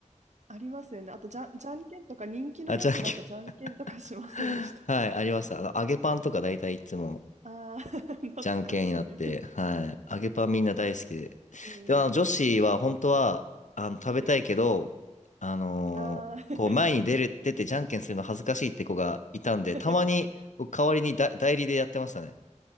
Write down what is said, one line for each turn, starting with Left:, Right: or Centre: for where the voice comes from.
Right: ありますよね。あとじゃん、じゃんけんとか、人気のやつだとじゃんけんとかしませんでした。
Left: あ、じゃんけん。<laughs> はい、ありました。あの、揚げパンとか大体いつも
Right: ああ、<laughs> 懐かしい。
Left: じゃんけんになって、はい、揚げパンみんな大好きで。
Right: えー、
Left: でも、あの、女子は本当は、あの、食べたいけど、
Right: えー、
Left: あのーこう、
Right: ああ、
Left: 前に出る、出てじゃんけんするの恥ずかしいって子がいたんで、
Right: <laughs>
Left: たまに僕代わりにだ代理でやってましたね。